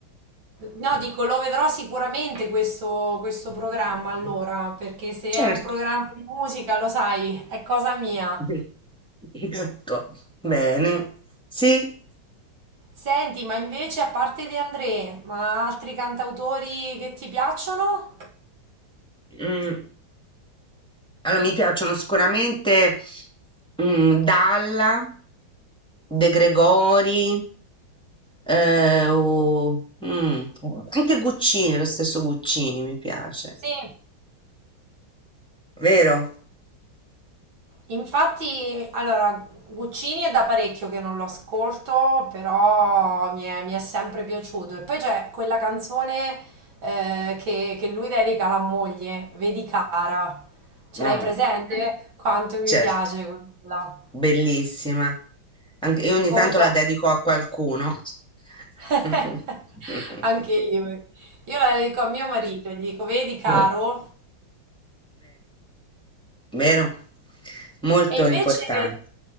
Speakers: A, on the right (about 70°); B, in the centre.
A: No, dico, lo vedrò sicuramente questo, questo programma allora, perché se è
B: Certo.
A: un programma di musica, lo sai, è cosa mia.
B: <laughs> Ecco. Bene. Sì.
A: Senti, ma invece a parte De André, ma altri cantautori che ti piacciono?
B: Mm. Allora, mi piacciono sicuramente mm, Dalla, De Gregori, eh, o- mm, anche Guccini, lo stesso Guccini mi piace.
A: Sì.
B: Vero?
A: Infatti, allora, Guccini è da parecchio che non lo ascolto, però mi è, mi è sempre piaciuto. E poi c'è quella canzone eh, che, che lui dedica alla moglie, Vedi cara, ce
B: Ah,
A: l'hai presente? Quanto mi
B: certo,
A: piace quella.
B: bellissima. Anche, io ogni
A: Come
B: tanto la
A: no?
B: dedico a qualcuno.
A: <laughs>
B: <laughs>
A: Anche io. Io la dedico a mio marito e gli dico, vedi caro,
B: Eh, vero? Molto
A: E invece,
B: importante.